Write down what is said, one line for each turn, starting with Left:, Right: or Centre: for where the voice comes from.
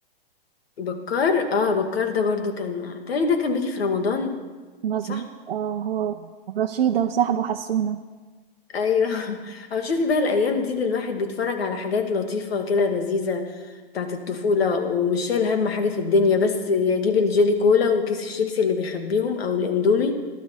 Left: بكار اه بكار ده برضو كان تاني ده كان بيجي في رمضان
Right: مظبوط
Left: صح
Right: اه هو رشيده وصاحبه حسونه
Left: ايوه <laughs> او شوفي بقى الايام دي اللي الواحد بيتفرج على حاجات لطيفه كده لذيذه بتاعت الطفوله ومش شايل هم حاجه في الدنيا بس يجيب الجيلي كولا وكيس الشيبسي اللي بيخبيهم او الاندومي